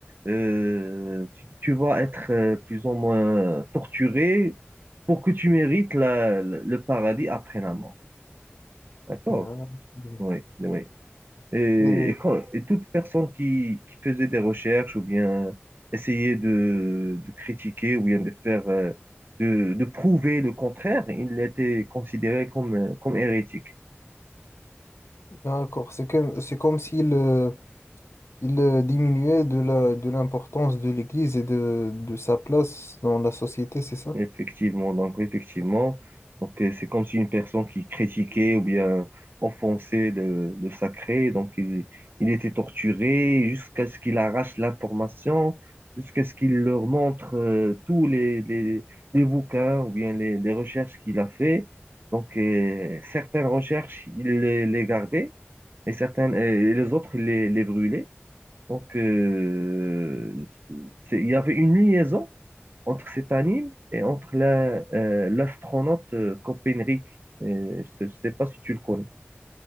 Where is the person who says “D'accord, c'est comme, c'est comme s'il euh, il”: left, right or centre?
Left